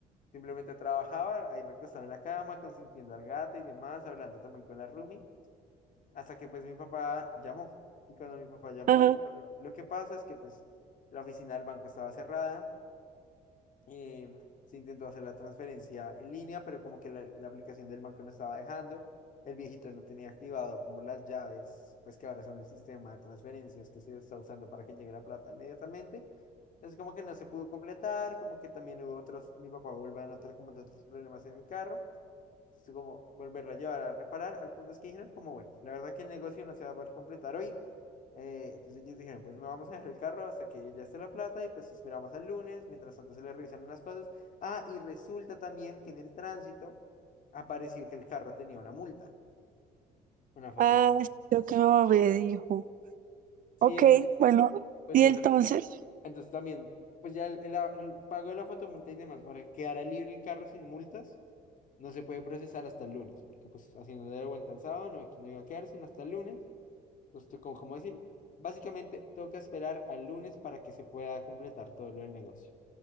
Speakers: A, on the left; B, on the right.
A: Simplemente trabajaban ahí recostado en la cama, consintiendo al gato y demás, hablando también con la roomie hasta que pues mi papá llamó. Y cuando mi papá llamó,
B: Ajá.
A: dijo, lo que pasa es que pues la oficina del banco estaba cerrada eh, se intentó hacer la transferencia en línea, pero como que la, la aplicación del banco no estaba dejando. El viejito no tenía activado como las llaves, pues que ahora son el sistema de transferencias que se está usando para que llegue la plata inmediatamente. Entonces como que no se pudo completar, como que también hubo otros, mi papá volvió a notar como de otros problemas en el carro es como volverla a llevar a reparar, al punto es que dijeron como, bueno, la verdad que el negocio no se va a poder completar hoy. Eh, entonces ellos dijeron, pues no vamos a dejar el carro hasta que ya esté la plata y pues esperamos al lunes, mientras tanto se le revisan unas cosas. Ah, y resulta también que en el tránsito apareció que el carro tenía una multa, una fotomulta.
B: Ah, sí, lo que mi mamá me dijo.
A: Sí,
B: Ok,
A: entonces,
B: bueno,
A: pues
B: y
A: no
B: entonces.
A: sé. Entonces también, pues ya el, el- el pago de la fotomulta y demás, para que quedara libre el carro sin multas, no se puede procesar hasta el lunes, porque pues haciendo de vuelta al sábado no, no iba a quedar sino hasta el lunes. Justo como, como decir, básicamente toca esperar al lunes para que se pueda completar todo lo del negocio.